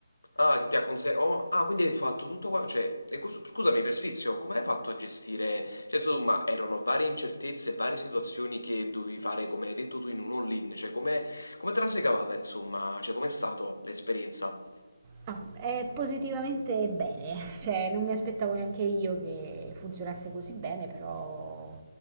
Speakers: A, on the left; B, on the right.
A: Ah, che ti ha conse- oh, ah, quindi hai fatto tutto qua, cioè, e cos- scusami per sfizio, come hai fatto a gestire, cioè, insomma, erano varie incertezze, varie situazioni che dovevi fare, come hai detto tu, in un all-in, cioè, come, come te la sei cavata, insomma, cioè, com'è stata l'esperienza?
B: Ah, è positivamente bene, <laughs> cioè non mi aspettavo neanche io che funzionasse così bene, però